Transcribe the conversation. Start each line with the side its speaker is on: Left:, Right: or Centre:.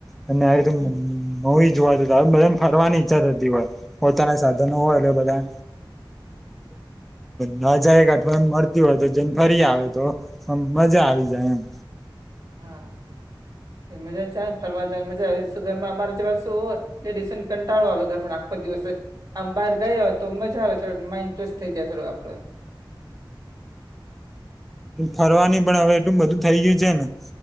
Centre: અને આવી રીતે
Right: હમ.
Centre: મૂવી જોવા જતા હવે બધાને ફરવાની ઈચ્છા થતી હોય પોતાના સાધનો હોય એટલે બધા.
Right: હમ્મ.
Centre: ના જાયક અઠવાણ મળતી હોય તો જન ફરી આવે તો પણ મજા આવી જાય એમ.
Right: હા એ મજા જ આવે ન ફરવા જવાની મજા આવે સુગરમાં અમારે જેવા શું હોત. તે ડિસન કંટાળો આવે ઘરમાં આખો દિવસ જ. આમ બહાર ગયા હો તો મજા આવે થોડોક માઇન્ડ ફ્રેશ થઈ ગયા થોડોક આપડો.
Centre: ફરવાની પણ હવે એટલું બધું થઈ ગયું છે ને.